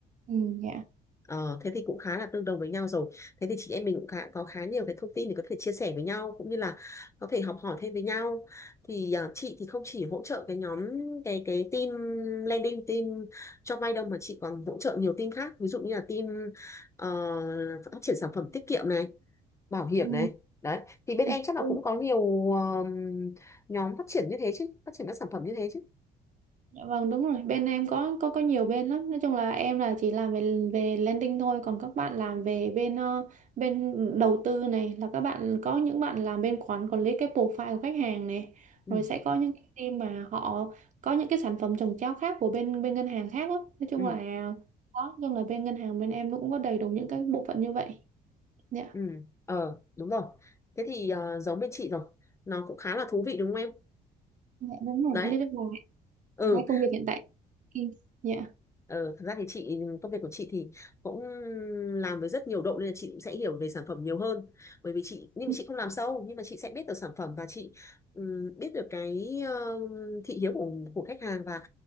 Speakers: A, on the right; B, on the left.
A: Ừ, dạ.
B: ờ, thế thì cũng khá là tương đồng với nhau rồi thế thì chị em mình cũng khá, có khá nhiều cái thông tin để có thể chia sẻ với nhau cũng như là có thể học hỏi thêm với nhau thì à, chị thì không chỉ hỗ trợ cái nhóm cái cái team landing team cho vay đâu mà chị còn hỗ trợ nhiều team khác ví dụ như là team ờ, phát triển sản phẩm tiết kiệm này bảo hiểm
A: Ừ,
B: này đấy thì bên
A: ừ,
B: em chắc là
A: ừ.
B: cũng có nhiều um, nhóm phát triển như thế chứ phát triển các sản phẩm như thế chứ
A: Dạ Vâng đúng rồi bên em có có có nhiều bên lắm nói chung là em là chỉ làm về về landing thôi còn các bạn làm về bên ờ, bên đầu tư này là các bạn có những bạn làm bên quản quản lý cái profile của khách hàng này
B: ừ
A: rồi sẽ có những cái team mà họ có những cái sản phẩm trồng chéo khác của bên bên ngân hàng khác đó. nói chung
B: ừ
A: là đó nói chung là bên ngân hàng bên em nó cũng có đầy đủ những cái bộ phận như vậy dạ
B: ừ ờ đúng rồi thế thì ờ, giống bên chị rồi nó cũng khá là thú vị đúng không em
A: dạ đúng rồi
B: đấy
A: nói chung là em
B: ừ
A: cảm thấy công việc hiện tại Ừ, dạ
B: ờ, thật ra thì chị công việc của chị thì cũng làm với rất nhiều độ nên là chị cũng sẽ hiểu về sản phẩm nhiều hơn bởi vì chị nhưng
A: Ừ,
B: mà chị không làm sâu nhưng mà chị sẽ biết được sản phẩm và chị ừm, biết được cái ờ, thị hiếu của của khách hàng và